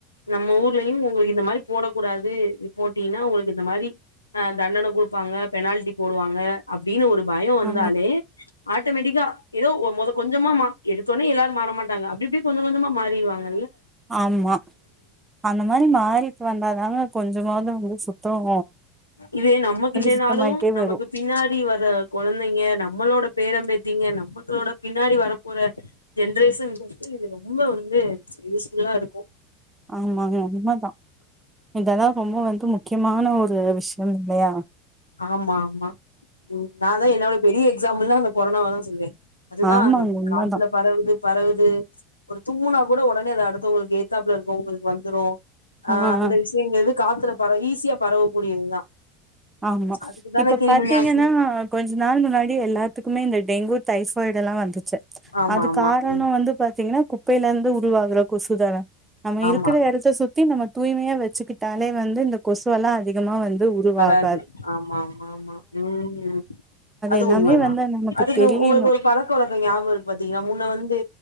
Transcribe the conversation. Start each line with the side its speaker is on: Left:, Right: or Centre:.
Left: நம்ம ஊர்லயும் உங்களுக்கு இந்த மாதிரி போடக்க கூடாது போட்டீங்கன்னா உங்களுக்கு இந்த மாதிரி ஆ தண்டன கொடுப்பாங்க பெனால்டி போடுவாங்க அப்டின்னு ஒரு பயம் வந்தாலே
Right: ஆ
Left: ஆட்டோமேட்டிக்கா எதோ ஒ மொத கொஞ்சமா எடுத்தோடனே எல்லாரு மாற மாட்டாங்க அப்டிப்படியே கொஞ்சம் கொஞ்சமா மாறிர்வாங்க
Right: ஆமா அந்த மாரி மாறிட்டு வந்தாதாங்க கொஞ்சமாவது வந்து சுத்தம்
Left: இதது நமக்கு இல்லைனாலும்
Right: சுத்தமாயிட்டே
Left: நமக்கு
Right: வரு
Left: பின்னாடி வர கொழந்தைங்க நம்மளோட பேரம் பேத்திங்க நம்மக்களோட பின்னாடி வர போற ஜென்ரேஷன்றது இது ரொம்ப வந்து யூஸ்ஃபுல்லா இருக்கும்
Right: ஆமாங்க உண்மதா இததா ரொம்ப வந்து முக்கியமான ஒரு ஒரு விஷயம் இல்லயா
Left: ஆமா ஆமா ம் நா தா என்னோட பெரிய எக்ஸாம்பிள்னா அந்த கொரோனாவ தான் சொல்வேன் அதுதா
Right: ஆமாங்க
Left: நம்ம
Right: உண்மதா
Left: காட்டுல பரவுது பரவுது ஒரு தூம்முனா கூட ஒடனே அது அடுத்தவங்களுக்கு ஏத்தாப்ல இருக்கவங்களுக்கு வந்துரும் அ
Right: ஆ
Left: அந்த விஷயங்கறது காத்துல பறவ ஈஸியா பரவக்கூடியதுதா
Right: ஆமா
Left: அதுக்குதான
Right: இப்ப
Left: கிருமிநாசினி
Right: பாத்தீங்கன்னா கொஞ்ச நாள் முன்னாடி எல்லாத்துக்குமே இந்த டெங்கு டைஃபாய்டெல்லா வந்துச்ச
Left: ஆமா
Right: அது
Left: ஆமா
Right: காரணோ
Left: ம்
Right: வந்து பாத்தீங்கன்னா குப்பையிலந்து உருவாக் கற கொசுதான நம்ம
Left: ஆமா
Right: இருக்குற எடத்த சுத்தி நம்ம தூய்மையா வச்சிக்கிட் டாலே வந்து இந்த கொசுவெல்லா அதிகமா வந்து உருவாக்
Left: காது ஆமா ஆமா ஆமா ம் ம் அது
Right: எல்லாமே
Left: உண்மதா
Right: வந்து நமக்கு
Left: அதுக்கு
Right: தெரியணு
Left: உங்களுக்கு ஒரு பழக்கவழக்கோ ஞாபகருக் பாத்தீங்கன்னா முன்ன வந்து